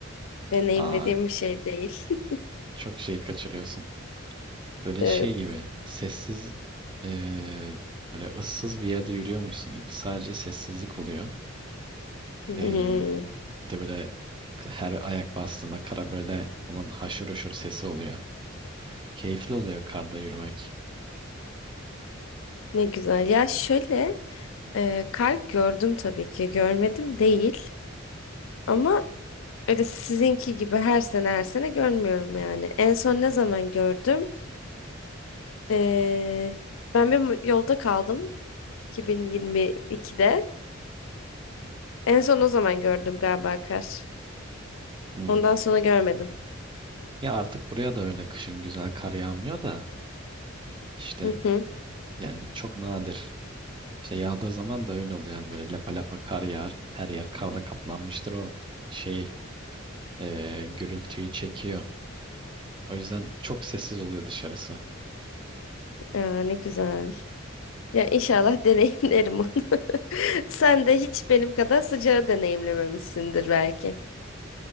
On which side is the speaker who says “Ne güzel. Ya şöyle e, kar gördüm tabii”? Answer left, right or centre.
Left